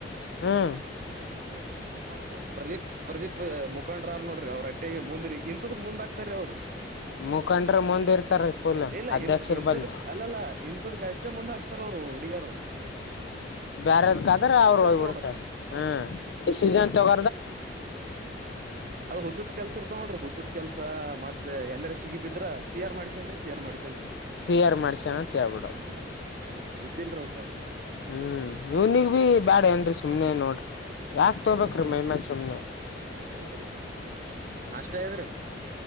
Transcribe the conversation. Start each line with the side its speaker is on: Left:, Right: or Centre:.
Left: ಹ್ಮ್
Right: ಹ ಹಿನ ನ ಹಾ ಪ್ರದೀಪ್ ಪ್ರದೀಪ್ ಮುಖಂಡ್ರ್ ನೋಡ್ರಿ ಅವ್ರ ಅಟ್ಟೆಗೆ ಮುಂದ್ರರಿ ಇಂಥದ ಮುಂದ್ಗಕ್ತಾರೀ ಅವ್ರು
Left: ಮುಖಂಡ್ರ ಮುಂದ್ ಇರ್ತಾರ ಫುಲ್
Right: ಇಲ್ಲ
Left: ಅಧ್ಯಕ್ಷರ
Right: ಇ ಇಂಥದ
Left: ಬಲ್ಲಿ
Right: ಅಲ್ಲಲ್ಲ ಇಂಥದ ಕಷ್ಟೇ ಮುಂದೆ ಹಾಕ್ತಾರ ಅವರು ಹುಡ್ಗರು
Left: ಬೇರೆದ್ಕಾದ್ರ ಅವರು ಹೋಗ್ಬಿಡ್ತಾರ
Right: ಇರ್ತಾವ
Left: ಹ್ಮ ಡಿಸಿಜನ್ ತಗ
Right: ಅದ ಹುಚ್ಚುಚ್ ಕೆಲ್ಸ ಇರ್ತ ನೋಡ್ರಿ ಹುಚ್ಚುಚ್ ಕೆಲ್ಸ ಮತ್ತೆ ಎಲ್ಲಾರ ಸಿಗಿ ಬಿದ್ರ ಶೇರ್ ಮಾಡಿಸಿ ಅ ಶೇರ್ ಮಾಡ
Left: ಶಿಯರ್ ಮಾಡಸ್ಯನ ತೇ ಬಿಡದು
Right: ಹ್ಮ್ ಅವಕ್ ಬುದ್ಧಿ ಇಲ್ರಿ ಅವಕ್
Left: ಹ್ಮ್ ಇವ್ನಿಗ್ ಭ ಬ್ಯಾಡ ಏನ್ರಿ ಸುಮ್ನೆ ನೋಡ್ರಿ ಯಾಕ್ ತೋಬೇಕ್ರೀ
Right: ಅ
Left: ಮೈಮ್ಯಾಗ ಸುಮ್ನೆ
Right: ಹೌದ್ರಿ ನ ಅಷ್ಟೇ ಇದ್ರಿ